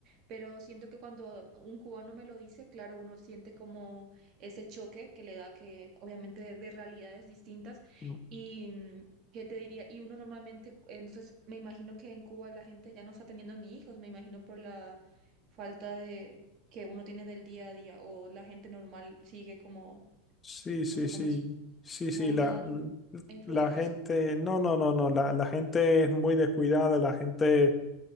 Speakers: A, on the right (about 40°); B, on the left (about 15°).
A: pero siento que cuando un cubano me lo dice, claro, uno siente como ese choque que le da que obviamente de, de realidades distintas
B: no.
A: y... mm, ¿Qué te diría? Y uno normalmente, entonces me imagino que en Cuba la gente ya no está teniendo ni hijos, me imagino por la falta de, que uno tiene del día a día o la gente normal sigue como,
B: Sí, sí,
A: no sé
B: sí,
A: cómo es,
B: sí,
A: no
B: sí,
A: hay
B: la,
A: nada,
B: la
A: ¿ha influido
B: la gente,
A: eso?
B: no, no, no, no, la, la gente es muy descuidada, la gente...